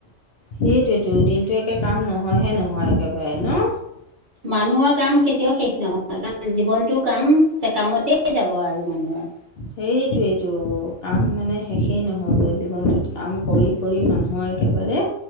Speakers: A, on the left (about 60°); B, on the right (about 40°).
A: সেইটোতো দিনটো একে কাম নহয়হে নহয় একেবাৰে ন।
B: মানুহৰ কাম কেতিয়াও শেষ নহয়। কাৰণ জীৱনটো কাম কামতেই যাব আৰু মানুহৰ।
A: সেইটোইটো কাম মানে শেষেই নহয়গৈ জীৱনটোত কাম কৰি কৰি মানুহৰ একেবাৰে